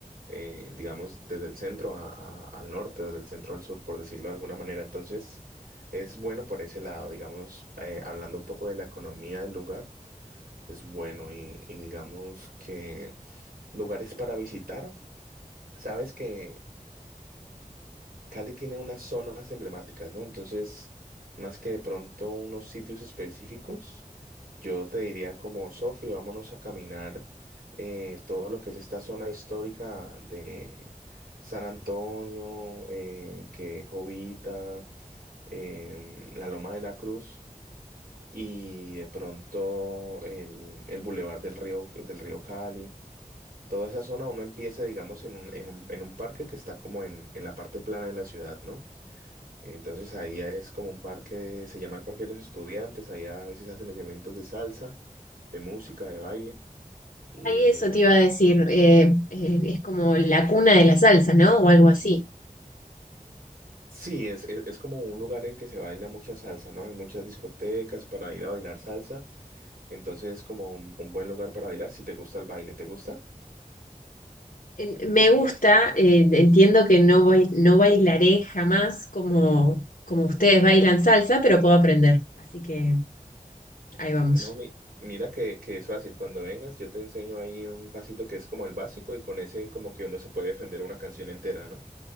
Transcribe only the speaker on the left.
Y eso te iba a
decir, eh, eh, es como la cuna de la salsa, ¿no? O algo así.
En- Me gusta, eh, entiendo que no voy, no bailaré jamás como, como ustedes bailan salsa, pero puedo aprender. Así que ahí vamos.